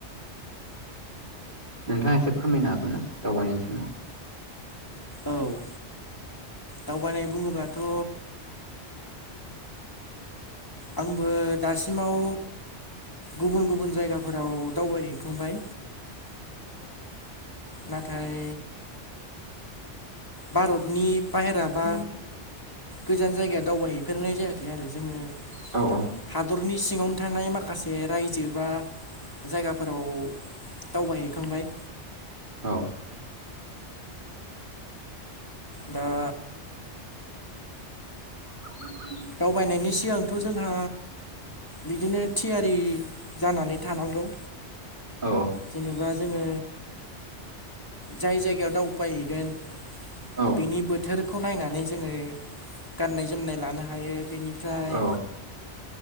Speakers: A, on the right; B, on the left.
A: नोंथाङा एसे फोरमायनो हागोन ना दावबायनायनि सोमोन्दै
B: औ दावबायनाय बुङोब्लाथ' आंबो दासिमाव गुबुन गुबुन जायगाफोराव दावबायहैखांबाय नाथाय भारतनि बाहेरा बा गोजान जायगायाव दावबायहैफेरनाय जायाखै आरो जोङो
A: औ औ
B: हादरनि सिङावनो थानाय माखासे रायजो बा जायगाफोराव दावबायहैखांबाय
A: औ
B: दा
A: <unintelligible>
B: दावबायनायनि सिगांथ' जोंहा बिदिनो थियारि जानानै थानांगौ।
A: औ
B: जेनेबा जोङो जाय जायगायाव दावबायहैगोन
A: औ
B: बिनि बोथोरखौ नायनानै जोङो गाननाय जोमनाय लानो हायो। बेनि ओमफ्राय
A: औ